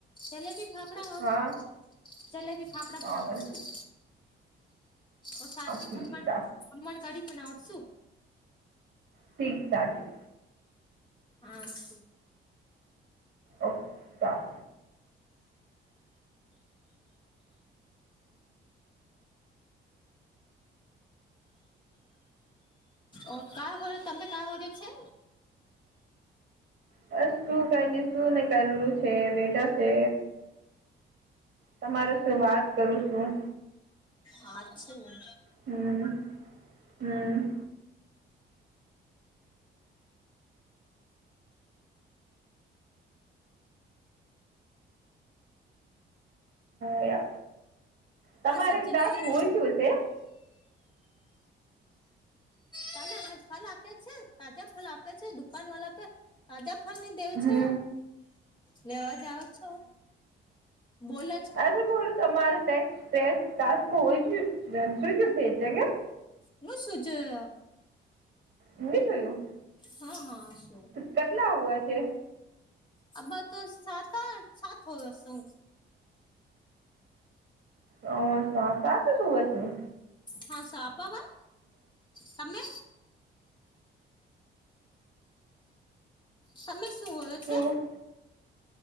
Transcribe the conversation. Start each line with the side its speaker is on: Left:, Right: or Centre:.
Left: જલેબી ફાફડા હોત,
Right: હા
Left: જલેબી ફાફડા
Right: હા
Left: બનાવું છું. ઓર સાથ મે
Right: ઠીક
Left: ખંમણ ખંમણ કાઢી બનાવું શું
Right: ઠીક ટાઢી.
Left: હા, શું?
Right: ઓક્કા.
Left: ઓ કા હોધ તમે કા હોધે છે.
Right: બસ, શું કરની શું ની કરનું છે બેટા છે. તમારે શું વાત કરું છું.
Left: આ છું?
Right: હમ્મ, હમ્મ. હ, તમારે
Left: માં સબ્જી
Right: ટાસ્ક
Left: લેવ છે.
Right: વોઈ ગીયું શે.
Left: તમે ફલ આપે છે, તાજા ફલ આપે છે, દુકાન વાલા આપે. તાજા ફલની દેવ
Right: હમ
Left: છો, લેવા જાવ છો. બોલછ
Right: આજે બોલો તમારે ટેક્સ કેસ ટા તો હોય સુ જે કેે છે કેમ.
Left: મું સૂચય.
Right: ની થયું.
Left: હા, હા. શું
Right: ત કેટલા હોવા છે.
Left: આબ્બા તો સાત આઠ સાત હોય શું.
Right: હ, સાત આઠ જ હોયા શું.
Left: હા, શાપાવા તમે. તમે શું હોયો
Right: શું
Left: છે.